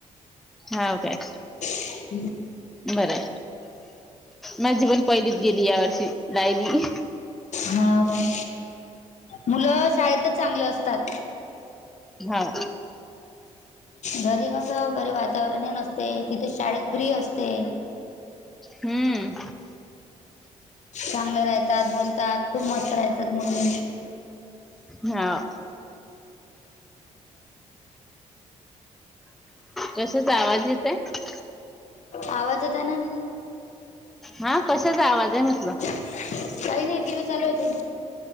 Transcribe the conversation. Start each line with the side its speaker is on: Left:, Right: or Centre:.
Centre: हा काय.
Left: <unintelligible>
Centre: बरं आहे. माझी पण पहिलीत गेली या वर्षी सायली.
Left: ह काय. मुलं शाळेतच चांगलं असतात.
Centre: हाव
Left: घरी कसं घरी वातावरणही नसते, तिथे शाळेत फ्री असते.
Centre: हम्म.
Left: चांगले राहतात, बोलतात, खूप मस्त राहतात मुली.
Centre: हाव कशाचा आवाज येत आहे
Left: <unintelligible> आवाज येतोय ना?
Centre: हां कशाचा आवाज आहे? म्हटलं.
Left: काही नाही टी व्ही चालू होती.